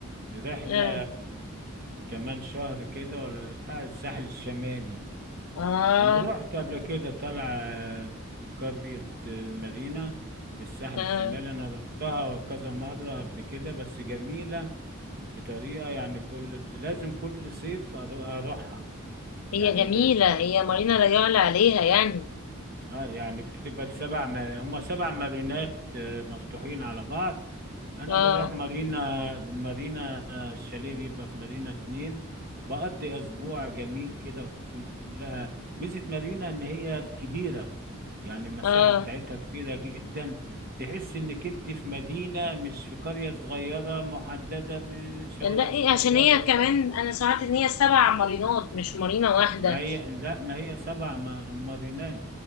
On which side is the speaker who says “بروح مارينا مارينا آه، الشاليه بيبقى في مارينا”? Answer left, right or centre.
Right